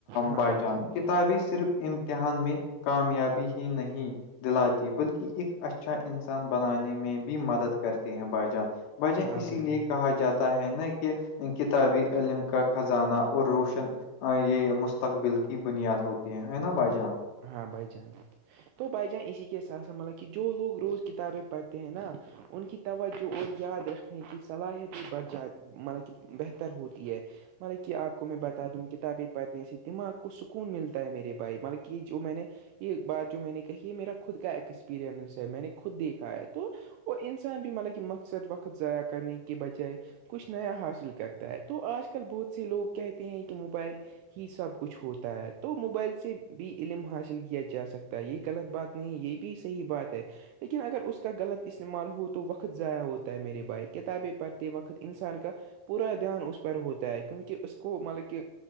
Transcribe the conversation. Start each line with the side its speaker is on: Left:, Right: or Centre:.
Right: ہاں
Left: بائی
Right: بھائی
Left: جان کتابیں صرف امتحان میں کامیابی ہی نہیں دلاتی بلکہ ایک اچھا انسان بنانے میں بھی مدد کرتے ہیں بھائی جان وجہ
Right: ہاں
Left: اسی
Right: بھائی
Left: لیے
Right: جان
Left: کہا جاتا ہے نا کہ کتابی علم کا خزانہ اور روشن یہ مست مستقبل کی بنیاد ہوتی ہیں ہے نا بھائی جان
Right: ہاں بھائی جان تو بھائی جان اسی کےساتھ س ملب کہ جو لوگ روز کتابیں پڑھتے ہیں نا ان کی توجہ اور یاد رکھنے کی صلاحیت بھی بڑھ جاتی ہے مطلب کہ بہتر ہوتی ہے مطلب کہ آپ کو میں بتا دوں کتابیں پڑھنے سے دماغ کو سکون ملتا ہے میرے بھائی مطلب کہ جو میں نے یہ بات جو میں نے کہی یہ میرا خود کا ایکسپیرئنس ہے میں نے خود دیکھا ہے تو اور انسان بھی مطلب کہ مقصد وقت ضائع کرنے کے بچائے کچھ نیا حاصل کرتا ہے تو آج کل بہت سے لوگ کہتے ہیں کہ موبائل ہی سب کچھ ہوتا ہے تو موبائل سے بھی علم حاصل کیا جا سکتا ہے یہ غلط بات نہیں ہے یہ بھی صحیح بات ہے لیکن اگر اس کا غلط استعمال ہو تو وقت ضائع ہوتا ہے میرے بھائی کتابیں پڑھتے وقت انسان کا پورا دھیان اس پار ہوتا ہے کیونکہ اسس کو مطلب کہ